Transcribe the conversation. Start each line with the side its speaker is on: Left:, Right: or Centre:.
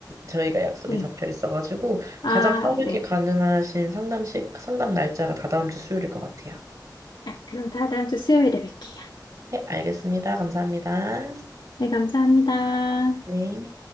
Right: 저희가 약속이
Left: 네.
Right: 잡혀 있어가지고
Left: 아,
Right: 가장 빠르게
Left: 네네.
Right: 가능하신 상담식, 상담 날짜가 다다음 주 수요일일 것 같아요.
Left: 아, 그럼 다 다음 주 수요일에 뵐게요.
Right: 네, 알겠습니다. 감사합니다.
Left: 네, 감사합니다.
Right: 네.